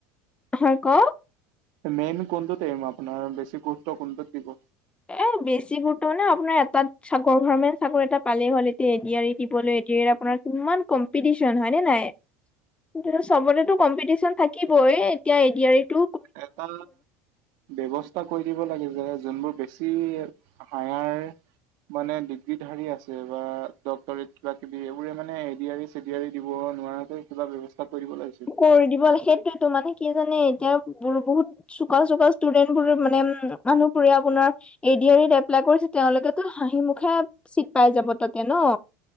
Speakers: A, on the left; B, on the right.
A: হয়, ক'ওক।
B: মেইন কোনটোত এম আপোনাৰ বেছি গুৰুত্ব কোনটোত দিব?
A: এ, বেছি গুৰুত্ব নাই আপোনাৰ, এটাত গভমেণ্ট চাকৰি এটা পালেই হ'ল, এতিয়া এডি-এৰি দিবলৈ এডিয়াৰি আপোনাৰ ইমান কম্পিটিচন হয়নে‌ নাই? কিন্তু, চবতেতো কম্পিটিচন থাকিবই, এতিয়া এডিয়াৰিটো
B: এটা ব্যৱস্থা কৰি দিব লাগে যে, যোনবোৰ বেছি হায়াৰ মানে ডিগ্ৰীধাৰী আছে বা ডক্টৰেট কিবা কিবি এইবোৰে মানে এডিয়াৰি এডিয়াৰি দিব নোৱাৰতে, কিবা ব্যৱস্থা কৰিব লাগিছিল।
A: কৰি দিব, সেইটোয়তো মানে কি জানে, এতিয়া মোৰ বহুত চোক-চোকা ষ্টুডেন্ট বোৰ মানে-মানুহপুৰে আপোনাৰ। এডিয়াৰিত, এপ্লাই কৰিছে, তেওঁলোকেতো হাঁহি মুখে চিট পাই যাব তাতে ন।